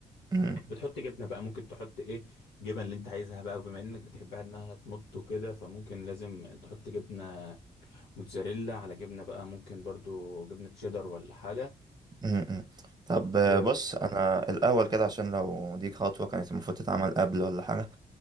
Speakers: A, on the right; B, on the left.
A: امم
B: بتحط جبنه بقى ممكن تحط ايه جبن اللي انت عايزها بقى وبما انك بتحبها انها تمط وكده فممكن لازم تحط جبنه موتزاريلا على جبنه بقى ممكن برضو جبنه شيدر ولا حاجه
A: امم طب آه،
B: و
A: بص انا الاول كده عشان لو دي خطوه كانت المفروض تتعمل قبل ولا حاجه